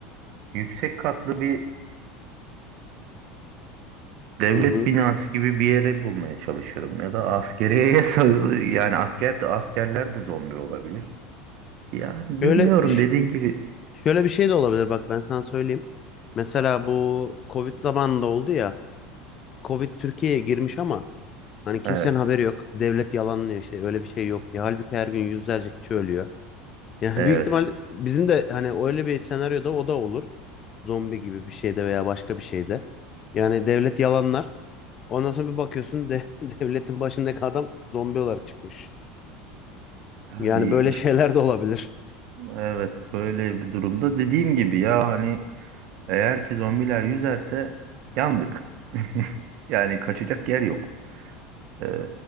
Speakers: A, on the right; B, on the left.
A: yüksek katlı bir devlet
B: Hı hı.
A: binası gibi bir yere bulmaya çalışırım. Ya da askeriyeye <laughs> sığ- yani asker de askerler de zombi olabilir. Yani bilmiyorum
B: Şöyle ş-
A: dediğin gibi.
B: şöyle bir şey de olabilir bak ben sana söyleyeyim. Mesela bu Covid zamanında oldu ya. Covid Türkiye'ye girmiş ama Hani kimsenin
A: Evet,
B: haberi yok. Devlet yalanlıyor işte öyle bir şey yok diye. Halbuki her gün yüzlerce kişi ölüyor. <laughs> Yani
A: evet.
B: büyük ihtimal bizim de hani öyle bir senaryoda o da olur. Zombi gibi bir şeyde veya başka bir şeyde. Yani devlet yalanlar. Ondan sonra bir bakıyorsun de, <laughs> devletin başındaki adam zombi olarak çıkmış.
A: Yani
B: Yani böyle <laughs> şeyler de olabilir.
A: Evet böyle bir durumda dediğim gibi ya hani eğer ki zombiler yüzerse yandık. <laughs> Yani kaçacak yer yok. Ee,